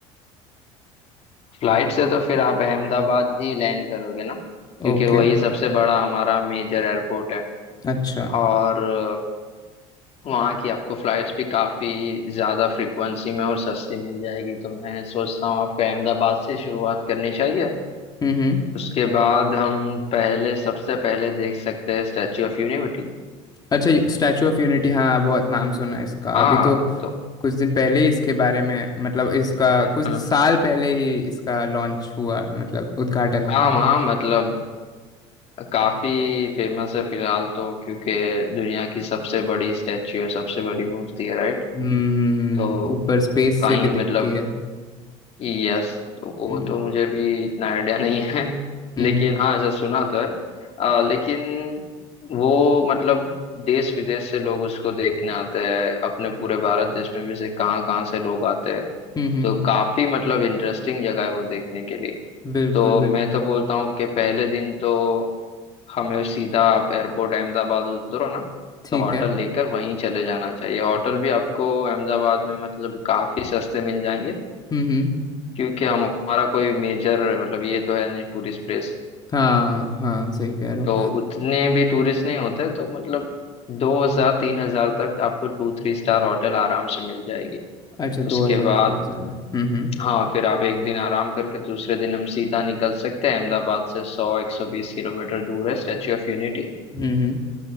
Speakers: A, on the left; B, on the left.
A: फ्लाइट से तो फिर आप अहमदाबाद ही लैंड करोगे ना क्योंकि
B: ओके
A: वही सबसे बड़ा हमारा मेजर एयरपोर्ट है
B: अच्छा
A: और अ, वहाँ की आपको फ्लाइट्स भी काफ़ी ज़्यादा फ्रिक्वेंसी में और सस्ती मिल जाएगी तो मैं सोचता हूँ आपको अहमदाबाद से शुरुआत करनी चाहिए
B: हम्म हम्म
A: उसके बाद हम पहले सबसे पहले देख सकते हैं स्टैच्यू ऑफ यूनिटी
B: अच्छा स्टैचू ऑफ यूनिटी हाँ बहुत नाम सुना है इसका
A: हाँ
B: अभी तो
A: तो
B: कुछ दिन पहले ही इसके बारे में मतलब इसका
A: हाँ
B: कुछ साल पहले ही इसका लॉन्च हुआ मतलब उद्घाटन हुआ
A: हाँ
B: इस-
A: वहाँ मतलब काफ़ी फेमस है फिलहाल तो क्योंकि दुनिया की सबसे बड़ी स्टैच्यू है सबसे बड़ी मूर्ति है राइट
B: हम्म हम्म, हम्म,
A: तो
B: ऊपर स्पेस
A: कहीं
B: से भी दिखती
A: मतलब
B: है
A: यस वो
B: हम्म
A: तो मुझे भी इतना आइडिया नहीं है <laughs>
B: हम्म
A: लेकिन
B: हम्म
A: हाँ ऐसा सुना तो है अ, लेकिन वो मतलब देश विदेश से लोग उसको देखने आते हैं अपने पूरे भारत देश में भी से कहाँ कहाँ से लोग आते हैं
B: हम्म, हम्म।
A: तो काफी मतलब इंटरेस्टिंग जगह है वो देखने के लिए
B: बिल्कुल
A: तो
B: बिल्कुल
A: मैं तो बोलता हूँ कि पहले दिन तो हमें सीधा आप एयरपोर्ट अहमदाबाद उतरो ना
B: ठीक
A: तो होटल
B: है
A: लेकर वहीं चले जाना चाहिए होटल भी आपको अहमदाबाद में मतलब काफी सस्ते मिल जाएंगे
B: हम्म हम्म
A: क्योंकि हमारा कोई मेजर मतलब ये तो है नहीं टूरिस्ट प्लेस
B: हाँ हाँ सही कह रहे हो
A: तो उतने भी टूरिस्ट नहीं होते तो मतलब दो हजार तीन हजार तक आपको टू थ्री स्टार होटल आराम से मिल जाएगी
B: अच्छा
A: उसके
B: दो हजार
A: बाद
B: तीन हजार में हम्म हम्म
A: हाँ फिर आप एक दिन आराम करके दूसरे दिन हम सीधा निकल सकते हैं अहमदाबाद से सौ एक सौ बीस किलोमीटर दूर है स्टेच्यू ऑफ यूनिटी
B: हम्म हम्म।